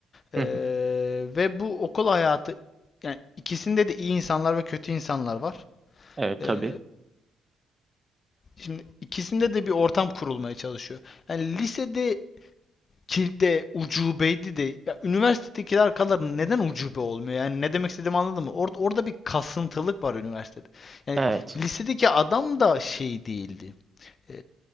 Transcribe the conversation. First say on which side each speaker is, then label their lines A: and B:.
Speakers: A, on the left (about 45°); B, on the right (about 20°).
A: Ee,
B: Hı hı.
A: ve bu okul hayatı yani ikisinde de iyi insanlar ve kötü insanlar var.
B: Evet
A: Ee,
B: tabii.
A: şimdi ikisinde de bir ortam kurulmaya çalışıyor. Yani lisede ki de ucubeydi de ya üniversitedeki arkaların neden ucube olmuyor? Yani ne demek istediğimi anladın mı? Orada orada bir kasıntılık var üniversitede. Yani
B: Evet.
A: lisedeki adam da şey değildi. Ee,